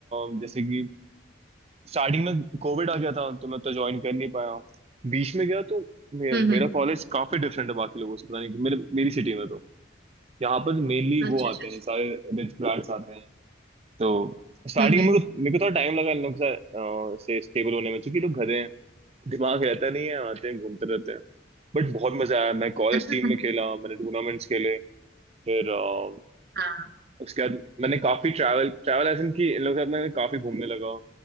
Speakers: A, on the right (about 35°); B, on the right (about 55°).
A: अ, जैसे कि स्टार्टिंग में कोविड आ गया था तो मैं तो ज्वाइन कर नहीं पाया बीच में गया तो मे,
B: हम्म
A: मेरा
B: हम्म
A: कॉलेज काफी डिफरेंट है बाकी लोगों से पता नहीं क्यों। मेरे मेरी सिटी में तो यहाँ पर मेनली
B: अच्छा
A: वो आते
B: अच्छा अच्छा
A: हैं सारे रिच ब्रांड्स आते हैं तो स्टार्टिंग
B: हम्म
A: में मेरे को मेरे को थोड़ा टाइम लगा इन लोग से, अ, से स्टेबल होने में क्योंकि लोग गधे हैं दिमाग रहता नहीं है आते हैं घूमते रहते हैं बट बहुत मजा आया मैं कॉलेज
B: हम्म
A: टीम में खेला मैंने टूर्नामेंट्स खेले फिर अ,
B: हाँ <laughs> हाँ,
A: उसके बाद मैंने काफी ट्रैवल ट्रैवल एजेंट की इन लोगों के साथ मैं काफी घूमने लगा